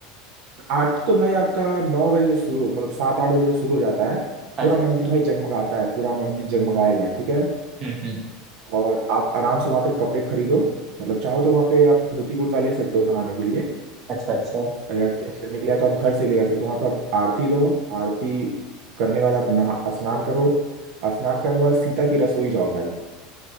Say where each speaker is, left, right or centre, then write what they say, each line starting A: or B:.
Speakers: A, on the right (about 60°); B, on the right (about 30°).
A: आरती तो भाई आपका नौ बजे से शुरू मतलब सात आठ बजे से शुरू हो जाता है
B: अच्छा
A: पूरा
B: अच्छा
A: मंदिर भाई जगमगाता है पूरा मंदिर जगमगाएगा ठीक है
B: हम्म हम्म
A: और आप आराम से वहाँ पे कपड़े खरीदो मतलब चाहो तो वहाँ पे आप धोती कुर्ता ले सकते हो नहाने के लिए
B: अच्छा अच्छा
A: या चेंज करने के लिए या तो आप घर से ले जा सकते हो वहाँ पे आप आरती लो आरती करने के बाद आप नहा स्नान करो स्नान करने के बाद सीता की रसोई जाओ भाई